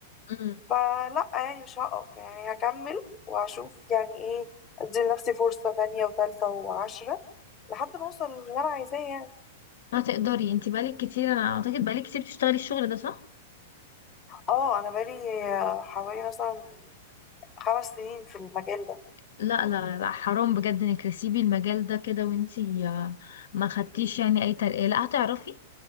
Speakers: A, on the left (about 70°); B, on the left (about 15°).
A: امم
B: فلا يعني مش هقف يعني هكمل وهشوف يعني ايه ادي لنفسي فرصة تانية وتالتة وعشرة لحد ما اوصل للي انا عايزاه يعني
A: هتقدري انت بقالك كتير انا اعتقد بقالك كتير بتشتغلي الشغل ده صح
B: اه انا بقالي آه، حوالي مثلا خمس سنين في المجال ده
A: لا لا لا حرام بجد انك تسيبي المجال ده كده وانت ما خدتيش يعني اي ترقية لا هتعرفي